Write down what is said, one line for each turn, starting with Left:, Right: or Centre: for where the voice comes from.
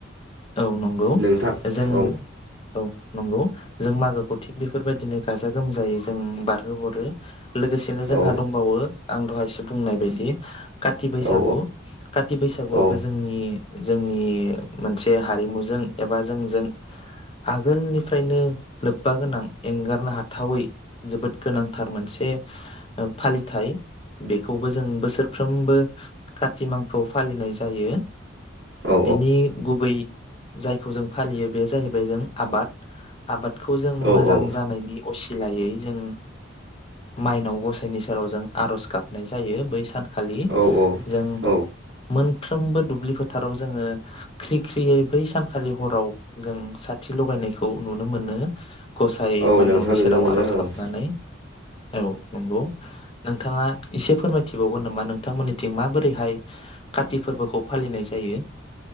Left: औ नंगौ
Right: नोंथां
Left: जों
Right: औ
Left: औ नंगौ। जों मागोखौ थिग बेफोरबायदिनो गाजा गोमजायै जों बारहोहरो। लोगोसेनो जोंहा
Right: औ
Left: दंबावो आं दहायसो बुंनाय बायदि काथि बैसागु
Right: औ
Left: काति बैसागुआबो
Right: औ
Left: जोंनि जोंनि मोनसे हारिमुजों एबा जोंजों आगोलनिफ्रायनो लोब्बा गोनां एंगारनो हाथावै जोबोद गोनांथार मोनसे फालिथाय बे खौबो जों बोसोरफ्रोमबो कतिमांखोआव फालिनाय जायो।
Right: औ
Left: बिनि गुबै जायखौ जों फालियो बे जाहैबाय जों आबाद आबाद खौ जों
Right: औ
Left: मोजां जानायनि असिलायै जों माइनाव गसाइनि सेराव जों आरज गाबनाय जायो बै सान खालि
Right: औ
Left: जों
Right: औ
Left: मोन फ्रोमबो दुब्लि फोथाराव जोङो ख्रि ख्रि बै सानखालि हराव जों साथि लगायनायखौ नुनो मोनो। गसाय
Right: औ
Left: माइनावनि
Right: नोंथां नुनो
Left: सेराव
Right: मोनो
Left: आरज
Right: औ
Left: गाबनानै औ नंगौ। नोंथाङा एसे फोरमायथिबावगोन नामा नोंथांमोननिथिं माबोरैहाय काति फोरबोखौ फालिनाय जायो।